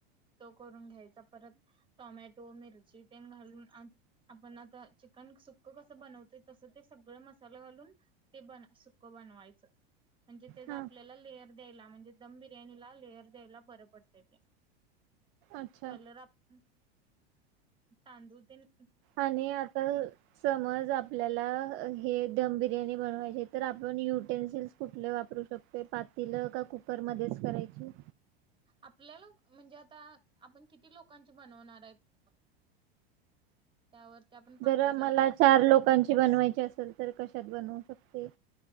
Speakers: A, on the right; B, on the right.
A: तो करून घ्यायचा परत टोमॅटो मिरची ते घालून आपण आता चिकन सुकं कसं बनवतोय तसं ते सगळं मसाल घालून ते ब सुक बनवायच. म्हणजे ते
B: हां
A: आपल्याला लेअर..... द्यायला म्हणजे दम बी बिर्याणीला लेअर दे्यायला बर पडतय ते
B: अच्छा
A: कलर आपण... तांदूळतेन....
B: आणि आता समज आपल्याला हे दम बिर्याणी बनवायचे तर आपण युटेनसिल्स कुठले वापरू शकतो पातीलं का कुकरमध्येच करायची....
A: आपल्याला म्हणजे आता आपण किती लोकांची बनवणार आहेत..... त्यावरती आपण पातेलं
B: जर आम्हाला
A: किंवा
B: चार लोकांची बनवायची असेल तर कशात बनवू शकते.......